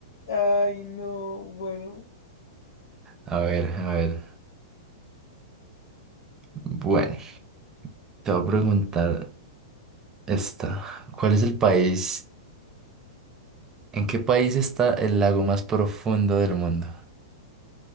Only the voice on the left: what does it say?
Ay, no, bueno.